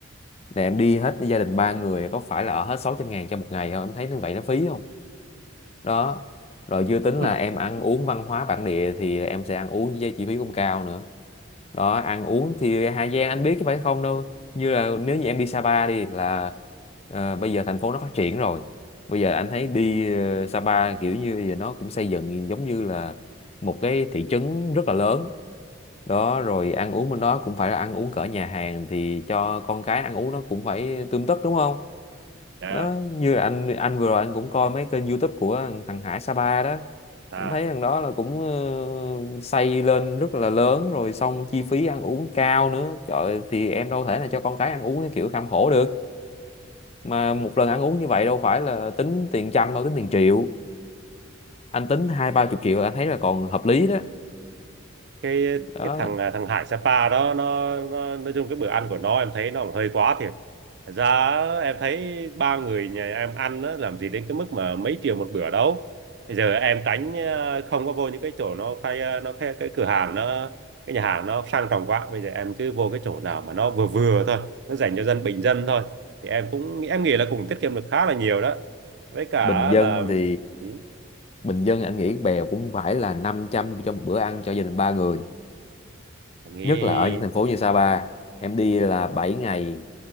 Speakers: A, on the left; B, on the right.
A: để em đi hết gia đình ba người có phải là ở hết 600 ngàn cho một ngày không em thấy như vậy nó phí không đó rồi chưa tính
B: <laughs>
A: là em ăn uống văn hóa bản địa thì em sẽ ăn uống với chi phí cũng cao nữa đó ăn uống thì Hà Giang anh biết chứ phải không đâu như là nếu như em đi Sapa đi là ờ, bây giờ thành phố nó phát triển rồi bây giờ anh thấy đi ờ, Sapa kiểu như bây giờ nó cũng xây dựng giống như là một cái thị trấn rất là lớn đó rồi ăn uống bên đó cũng phải là ăn uống cỡ nhà hàng thì cho con cái ăn uống nó cũng phải tươm tất đúng không
B: Đó.
A: nó như anh anh vừa rồi anh cũng coi mấy kênh YouTube của thằng thằng Hải Sapa đó
B: à
A: anh thấy thằng đó là cũng ờ, xây lên rất là lớn rồi xong chi phí ăn uống cao nữa trời ơi, thì em đâu thể là cho con cái ăn uống cái kiểu kham khổ được mà một lần ăn uống như vậy đâu phải là tính tiền trăm đâu tính tiền triệu anh tính hai ba chục triệu là anh thấy là còn hợp lý đó
B: cái
A: đó
B: cái thằng à, thằng Hải Sapa đó nó nó nói chung cái bữa ăn của nó em thấy nó cũng hơi quá thiệt Thật ra em thấy ba người nhà em ăn á, làm gì đến cái mức mà mấy triệu một bữa đâu bây giờ em tránh ờ, không có vô những cái chỗ nó khai ờ, nó khai cái cửa hàng nó cái nhà hàng nó sang trọng quá bây giờ em cứ vô cái chỗ nào mà nó vừa vừa thôi nó dành cho dân bình dân thôi thì em cũng em nghĩ là cũng tiết kiệm được khá là nhiều đó với cả
A: bình dân
B: là
A: thì
B: ừ,
A: bình dân anh nghĩ bèo cũng phải là 500 cho một bữa ăn cho gia đình ba người
B: em nghĩ
A: nhất là ở những thành phố như Sapa em đi là 7 ngày